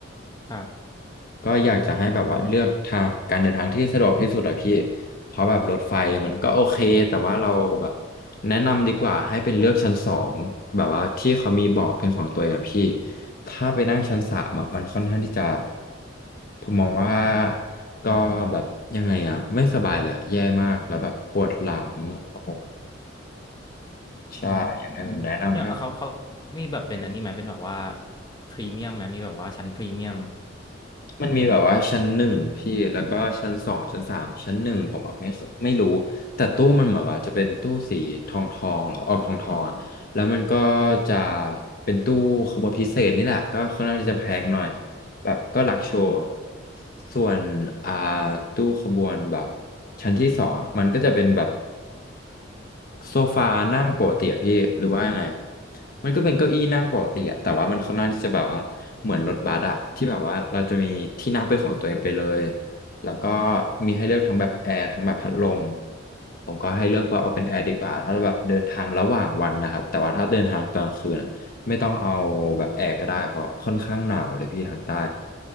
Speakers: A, on the left; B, on the left.
A: ครับ
B: ก็อยากจะให้แบบว่าเลือกทางการเดินทางที่สะดวกที่สุดอะพี่เพราะแบบรถไฟมันก็โอเคแต่ว่าเราแบบแนะนำดีกว่าให้เป็นเลือกชั้นสองแบบว่าที่เขามีเบาะเป็นของตัวเองอะพี่ถ้าไปนั่งชั้นสามอะมันค่อนข้างที่จะผมมองว่าก็แบบยังไงอะไม่สบายเลยอะแย่มากแล้วแบบปวดหลังโอ้โหใช่ยังไงผมแนะนำให้
A: อืมเนี่ยเขาเขามีแบบเป็นอันนี้ไหมเป็นแบบว่าพรีเมียมไหมมีแบบว่าชั้นพรีเมียม
B: มันมีแบบว่าชั้นหนึ่งพี่แล้วก็ชั้นสองชั้นสามชั้นหนึ่งผมอะไม่เคไม่รู้แต่ตู้มันเหมือนว่าจะเป็นตู้สีทองทองหรอออกทองทองอะแล้วมันก็จะเป็นตู้ขบวนพิเศษนี่แหละก็ค่อนข้างที่จะแพงหน่อยแบบก็หลักโชว์อะส่วนอ่าตู้ขบวนแบบชั้นที่สองอ่ะมันก็จะเป็นแบบ โซฟานั่งปกติอะพี่หรือว่ายังไงอะมันก็เป็นเก้าอี้นั่งปกติอะแต่ว่ามันค่อนข้างที่จะแบบว่าเหมือนรถบัสอะที่แบบว่าเราจะมีที่นั่งเป็นของตัวเองไปเลยแล้วก็มีให้เลือกทั้งแบบแอร์ทั้งแบบพัดลมผมก็ให้เลือกว่าเอาเป็นแอร์ดีกว่าถ้าเราแบบเดินทางระหว่างวันนะครับแต่ว่าถ้าเดินทางตอนกลางคืนอะไม่ต้องเอาแบบแอร์ก็ได้เพราะค่อนข้างหนาวเลยพี่ทางใต้